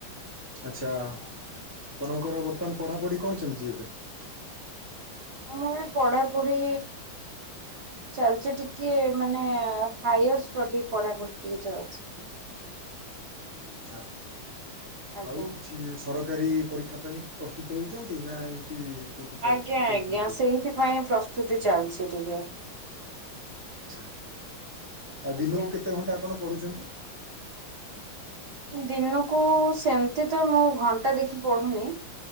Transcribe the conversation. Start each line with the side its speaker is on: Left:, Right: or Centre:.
Centre: ଆଚ୍ଛା ଆପଣଙ୍କର ବର୍ତ୍ତମାନ ପଢାପଢି କଣ ଚାଲିଛି ଏବେ।
Right: ମୁଁ ଏ ପଢାପୁଢି। ଚାଲିଚ ଟିକେ ମାନେ ହାୟର ଷ୍ଟଡି ପଢାପଢ଼ି ଟିକେ ଚାଲଛି।
Centre: ଆଚ୍ଛା।
Right: ଆଜ୍ଞା
Centre: ଆଉ କିଛି ସରକାରୀ ପରୀକ୍ଷା ପାଇଁ ପ୍ରସ୍ତୁତ ହେଉଛନ୍ତି ନା ଏମିତି। କେଉଁଠି ଜବ୍
Right: ଆଜ୍ଞା
Centre: କରୁଛନ୍ତି?
Right: ଆଜ୍ଞା ସେଇଥିପାଇଁ ପ୍ରସ୍ତୁତି ଚାଲିଚି ଟିକେ।
Centre: ଆଛା ଆଛା ଆଉ ଦିନକୁ
Right: ଆଜ୍ଞା
Centre: କେତେ ଘଣ୍ଟା ଆପଣ ପଢୁଛନ୍ତି।
Right: ଦିନକୁ ସେମିତି ତ ମୁଁ ଘଣ୍ଟା ଦେଖି ପଢୁନି।